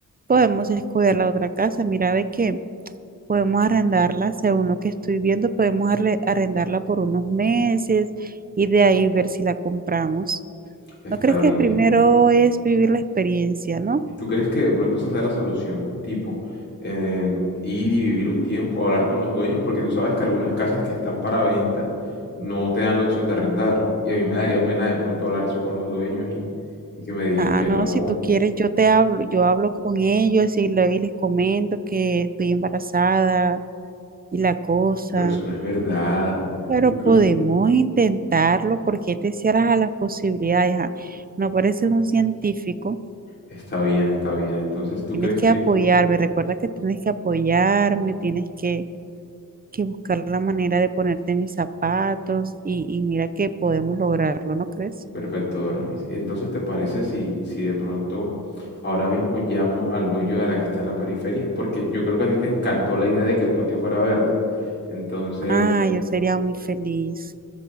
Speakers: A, on the right; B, on the left.
A: podemos escoger la otra casa. Mira, ve que podemos arrendarla, según lo que estoy viendo, podemos arre- arrendarla por unos meses y de ahí ver si la compramos.
B: Está
A: ¿No crees que
B: bien.
A: primero es vivir la experiencia, no?
B: ¿Y tú crees que de pronto esa sea la solución? Tipo, eh, ir y vivir un tiempo, hablar con los dueños, porque tú sabes que algunas casas que están para venta no te dan la opción de arrendar. Y a mí me daría pena de pronto hablar eso con los dueños y, y que me digan
A: Ah,
B: que
A: no,
B: no.
A: si tú quieres, yo te hablo, yo hablo con ellos y, le- y les comento que estoy embarazada y la cosa.
B: Pero eso no es verdad.
A: Pero
B: Inclu-
A: podemos intentarlo porque te cierras a las posibilidades. ah? No pareces un científico.
B: está bien, está bien. Entonces, ¿tú
A: Tienes
B: crees
A: que
B: que...
A: apoyarme. Recuerda que tienes que apoyarme, tienes que, que buscar la manera de ponerte en mis zapatos y, y mira que podemos lograrlo, ¿no crees?
B: Perfecto, Doranis. Entonces, ¿te parece si, si de pronto ahora mismo llamo al dueño de la que está en la periferia? Porque yo creo que a ti te encantó la idea de que el patio fuera verde. Entonces,
A: Ah, yo sería muy feliz.